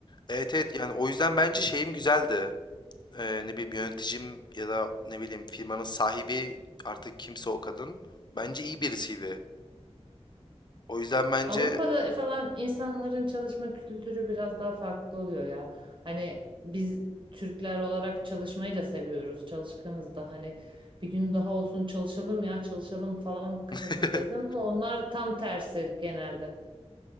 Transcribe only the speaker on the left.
Evet evet yani o yüzden bence şeyim güzeldi. Ee, ne bileyim yöneticim ya da ne bileyim firmanın sahibi artık kimse o kadın. Bence iyi birisiydi. O yüzden bence
<laughs>